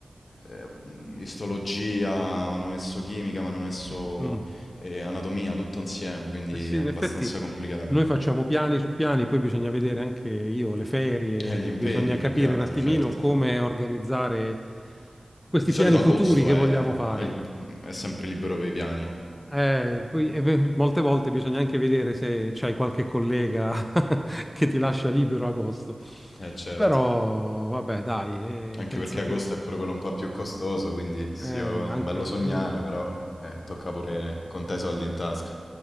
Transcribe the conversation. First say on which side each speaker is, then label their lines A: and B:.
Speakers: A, on the left (about 75°); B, on the left (about 20°).
A: eh, mh, istologia, mi hanno messo chimica, mi hanno messo
B: mm.
A: eh, anatomia, tutto insieme, quindi
B: Eh sì,
A: è abbastanza
B: in effetti
A: complicato.
B: noi facciamo piani su piani, poi bisogna vedere anche io le ferie,
A: Eh, gli impegni
B: bisogna
A: più
B: capire
A: che altro,
B: un attimino
A: certo.
B: come organizzare questi
A: Di solito
B: piani futuri
A: agosto
B: che
A: è,
B: vogliamo fare.
A: è il- è sempre libero per i piani,
B: Eh, poi, e beh, molte volte bisogna anche vedere se c'hai qualche collega <laughs> che ti lascia libero agosto.
A: Eh certo,
B: Però, vabbè, dai, eh,
A: anche
B: penso
A: perché
B: che
A: agosto è pure quello un po' più costoso, quindi sì,
B: eh,
A: oh,
B: anche...
A: è bello sognare,
B: eh,
A: però eh, tocca pure contare i soldi in tasca.